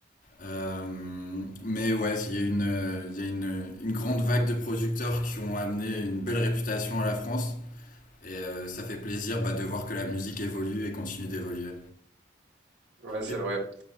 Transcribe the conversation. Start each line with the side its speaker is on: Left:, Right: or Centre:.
Left: Euh, mais ouais, il y a, une, euh, il y a une, une grande vague de producteurs qui ont amené une belle réputation à la France. Et euh, ça fait plaisir bah, de voir que la musique évolue et continue d'évoluer.
Right: Ouais, c'est
Left: É-
Right: vrai.